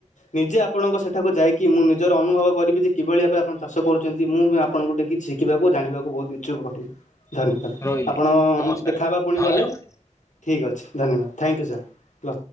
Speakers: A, on the left (about 85°); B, on the left (about 25°).
A: ନିଜେ ଆପଣଙ୍କ ସେଠାକୁ ଯାଇକି ମୁଁ ନିଜର ଅନୁଭବ କରିବି ଯେ କିଭଳି ଭାବରେ ଆପଣ ଚାଷ କରୁଛନ୍ତି ମୁଁ ବି ଆପଣଙ୍କୁ ଟିକେ କିଛି ଶିଖିବାକୁ ଜା ଣିବାକୁ ବହୁତ ଇଛୁକ କରିବି। ଧନ୍ୟବାଦ
B: ରହିଲି
A: ଆପଣ
B: ଆଜ୍ଞା ନମସ୍କାର
A: ଦେଖାହେବା
B: ଆଜ୍ଞା
A: ପୁଣି
B: ଧନ୍ୟବାଦ
A: ଗଲେ ଠିକ୍ ଅଛି ଧନ୍ୟବାଦ ଥ୍ୟାଙ୍କୟୁ ସାର୍। ଲ